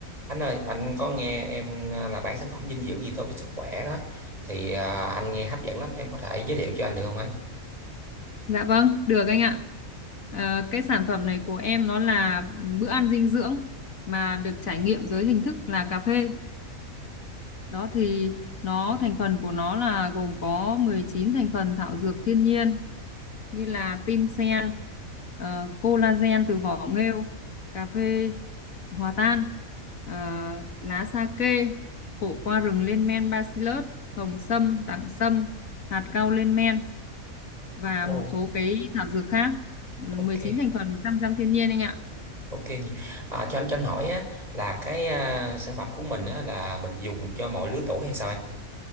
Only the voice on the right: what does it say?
Anh ơi, anh có nghe em à, là bán sản phẩm dinh dưỡng gì tốt cho sức khỏe đó thì à, anh nghe hấp dẫn lắm, em có thể giới thiệu cho anh được không anh?
Ồ,
ok,
ok nhỉ. À, cho anh cho anh hỏi á là cái à, sản phẩm của mình á là mình dùng cho mọi lứa tuổi hay sao em?